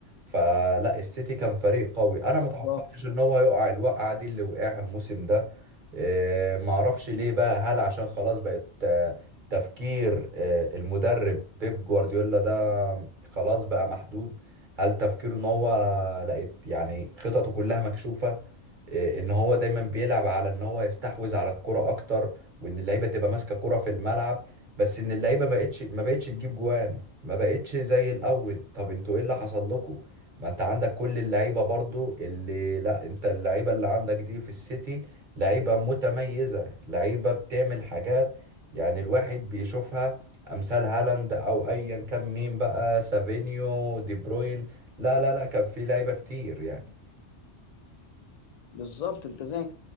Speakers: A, on the right; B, on the left.
A: فلا السيتي كان فريق قوي أنا ما توقعتش
B: آه.
A: إن هو يقع الوقعة دي اللي وقعها الموسم ده آه، ما اعرفش ليه بقى هل عشان خلاص بقت آه، تفكير آه، المدرب بيب جوارديولا ده خلاص بقى محدود هل تفكيره ان هو لقيت يعني خططه كلها مكشوفة آه، ان هو دايما بيلعب على ان هو يستحوذ على الكرة اكتر وان اللعيبه تبقى ماسكه كرة في الملعب بس ان اللعيبه ما بقتش ما بقتش تجيب جوان ما بقتش زي الاول طب انتوا ايه اللي حصل لكم ما انت عندك كل اللعيبه برضو اللي لا انت اللعيبه اللي عندك دي في السيتي لعيبه متميزه لعيبه بتعمل حاجات يعني الواحد بيشوفها امثال هالاند او ايا كان مين بقى سافينيو دي بروين لا لا لا كان في لعيبه كتير يعني
B: بالظبط انت زي